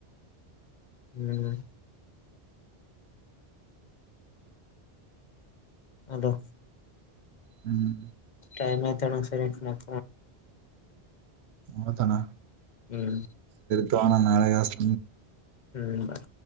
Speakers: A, on the left; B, on the right.
A: ಹ್ಮ್ ಅದು
B: ಹ್ಮ್
A: ಟೈಮ್ತಡ ಸರಿ ಮಾಡ
B: ಹತಣ್ಣ
A: ಹ್ಮ್
B: ತಣ ನಳೆ ಗಸ್
A: ಹ್ಮ್ ಬಾಯ